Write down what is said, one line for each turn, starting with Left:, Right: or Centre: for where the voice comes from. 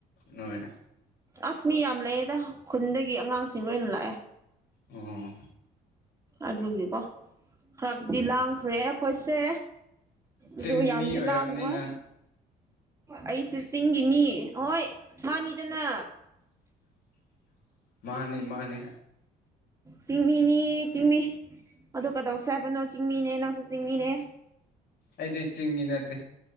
Left: ꯅꯣꯏ
Right: ꯑꯁ ꯃꯤ ꯌꯥꯝ ꯂꯩꯌꯦꯗ ꯈꯨꯟꯗꯒꯤ ꯑꯉꯥꯡꯁꯤꯡ ꯂꯣꯏꯅ ꯂꯥꯛꯑꯦ
Left: ꯑꯣ
Right: ꯑꯗꯨꯒꯤꯀꯣ ꯈꯔꯗꯤ ꯂꯥꯡꯈ꯭ꯔꯦ ꯑꯩꯈꯣꯏꯁꯦ
Left: ꯆꯤꯡꯒꯤ
Right: ꯑꯗꯣ ꯌꯥꯝꯗꯤ
Left: ꯃꯤ ꯑꯣꯏꯔꯝꯅꯤ
Right: ꯂꯥꯡꯑꯣꯏ꯫
Left: ꯅꯪ
Right: ꯑꯩꯁꯦ ꯆꯤꯡꯒꯤ ꯃꯤ ꯍꯣꯏ ꯃꯥꯥꯅꯤꯗꯅ
Left: <unintelligible> ꯃꯥꯅꯤ ꯃꯥꯅꯤ
Right: ꯆꯤꯃꯤꯅꯤ ꯆꯤꯡꯃꯤ ꯑꯗꯨ ꯀꯗꯧꯁꯦ ꯍꯥꯏꯕꯅꯣ ꯆꯤꯡꯃꯤꯅꯦ ꯅꯪꯁꯨ ꯆꯤꯡꯃꯤꯅꯦ
Left: ꯑꯩꯗꯤ ꯆꯤꯡꯃꯤ ꯅꯠꯇꯦ